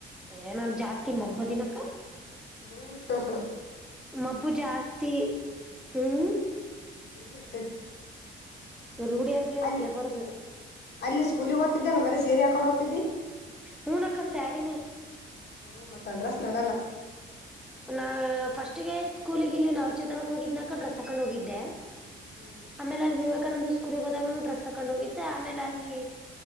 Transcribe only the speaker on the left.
ಹ್ಮ್ ಹ
ರೂಢಿ ಇರ್ತೈತಿ
ಅಲ್ಲಿ
ಅಲ್ಲಿ ಸ್ಕೂಲಿಗೆ ಹಓ್ತಿದ್ದಲ್ಲ ಬರೀ ಸೀರೆ ಹಾಕೊಂಡು ಹಓ್ತಿದ್ದಿ
ಹ್ಮ್ ಮತ್ತ ಅಡ್ರೆಸ್ ನಡಲ್ಲ
ಹ್ಮ್